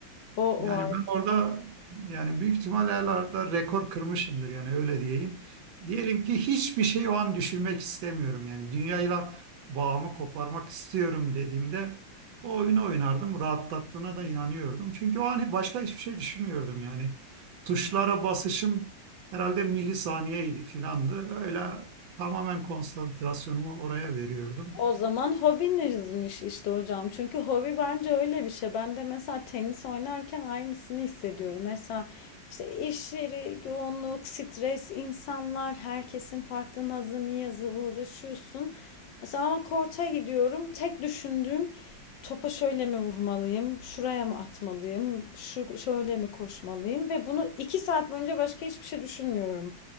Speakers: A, on the left; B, on the right.
A: O
B: Yani
A: vardı.
B: ben orada yani büyük ihtimal herhalde rekor kırmışımdır yani öyle diyeyim. Diyelim ki hiçbir şey o an düşünmek istemiyorum yani dünyayla bağımı koparmak istiyorum dediğimde o oyunu oynardım. Rahatlattığına da inanıyordum. Çünkü o an başka hiçbir şey düşünmüyordum yani. Tuşlara basışım herhalde milisaniyeydi filandı. Öyle tamamen konsantrasyonumu oraya veriyordum.
A: O zaman hobinizmiş işte hocam. Çünkü hobi bence öyle bir şey. Ben de mesela tenis oynarken aynısını hissediyorum. Mesela işte iş yeri, yoğunluk, stres, insanlar, herkesin farklı nazı, niyazı uğraşıyorsun. Mesela ama korta gidiyorum. Tek düşündüğüm topa şöyle mi vurmalıyım, şuraya mı atmalıyım, şu şöyle mi koşmalıyım ve bunu iki saat boyunca başka hiçbir şey düşünmüyorum